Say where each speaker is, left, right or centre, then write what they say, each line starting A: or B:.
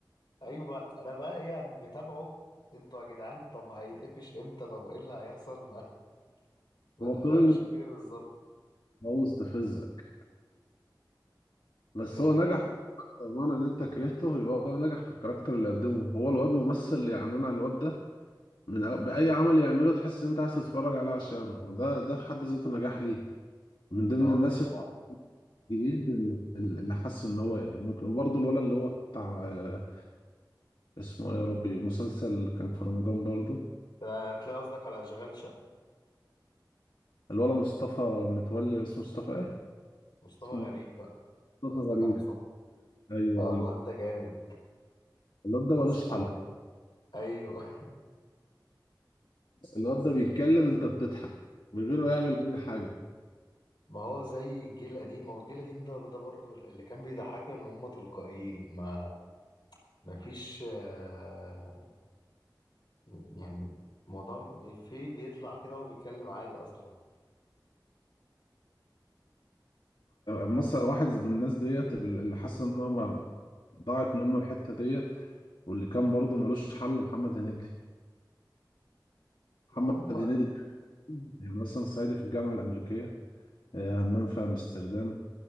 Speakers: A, on the left; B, on the left.
A: ايوه بقى انا بقى ايه متابعه انتوا يا جدعان طب هيتقفش امتى طب ايه اللي هيحصل ما, ما
B: هو
A: تفهمش
B: طول الم-
A: فيه بالظبط
B: هو مستفزك بس
A: كان
B: هو نجح
A: في
B: طبعا ان انت كرهته يبقى هو نجح في الكاركتر اللي قدمه هو الواد ممثل يعني انا الواد ده من أو... بأي عمل يعمله تحس إن أنت عايز تتفرج عليه عشان ده ده في حد ذاته نجاح ليه من ضمن
A: اه
B: الناس
A: الصراحه
B: الجديد اللي اللي حس إن هو ممكن وبرضه الولد اللي هو بتاع آه، اسمه إيه يا ربي مسلسل كان في رمضان برضه
A: هتلاقي قصدك على اشغال شقه
B: الولد مصطفى متولي اسمه مصطفى إيه؟
A: مصطفى
B: اسمه
A: غريب بقى انت
B: مصطفى
A: قصدك
B: غريب
A: على مصطفى
B: أيوه
A: اه
B: أيوه
A: الواد ده جامد
B: الواد ده
A: مسخره
B: ملوش حل
A: ايوه
B: الواد ده بيتكلم أنت بتضحك من غير ما يعمل أي حاجة
A: <laughs> ما هو زي الجيل القديم ما هو الجيل القديم ده ده برضه اللي كان بيضحكنا ان هم تلقائيين ما ما فيش آه، م- يعني موضوع الإفيه بيطلع كده وهو بيتكلم عادي اصلا
B: مثلا واحد من الناس ديت اللي حاسس إن هو ما- ضاعت منه الحتة ديت واللي كان برضه ملوش حل محمد هنيدي
A: ما
B: محمد
A: هو
B: هنيدي ده يعني مثلا صعيدي في الجامعة الأمريكية آه، همام في أمستردام